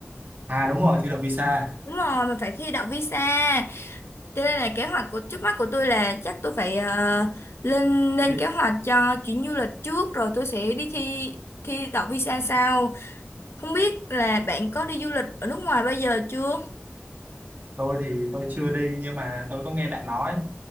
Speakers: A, on the right; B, on the left.
A: à đúng rồi thi đậu visa
B: đúng rồi mình phải thi đậu visa cho nên là kế hoạch của trước mắt của tôi là chắc tôi phải ờ, lên lên
A: thì
B: kế hoạch cho chuyến du lịch trước rồi tôi sẽ đi thi thi đậu visa sau không biết là bạn có đi du lịch ở nước ngoài bao giờ chưa
A: tôi thì tôi chưa đi nhưng mà tôi có nghe bạn nói